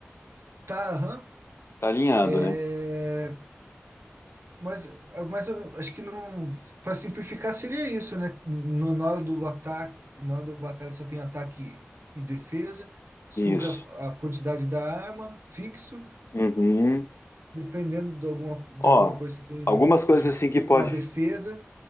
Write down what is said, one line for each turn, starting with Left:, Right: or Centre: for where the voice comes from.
Right: Tá, aham.
Left: Tá alinhado,
Right: É,
Left: né?
Right: Mas, mas eu acho que não. Para simplificar, seria isso, né? No- na hora do ataque, na hora do batalha só tem ataque e defesa, suga
Left: Isso.
Right: a quantidade da arma, fixo,
Left: Uhum.
Right: dependendo de alguma, de
Left: Ó,
Right: alguma coisa que você
Left: algumas
Right: tem.
Left: coisas
Right: Tipo,
Left: assim
Right: você
Left: que
Right: tem
Left: pode.
Right: uma defesa,